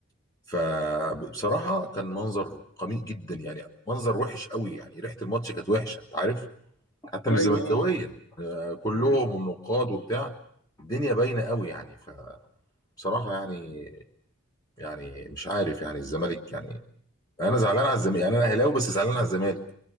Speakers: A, on the left (about 15°); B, on the left (about 70°).
A: فبصراحه كان منظر قميء جدا يعني منظر وحش قوي يعني ريحه الماتش كانت وحشه انت عارف حتى
B: ايوه
A: مش زملكاويه
B: اه
A: آه، كلهم
B: مم.
A: والنقاد وبتاع الدنيا باينه قوي يعني فبصراحه يعني يعني مش عارف يعني الزمالك يعني انا زعلان على الزمالك يعني انا اهلاوي بس زعلان على الزمالك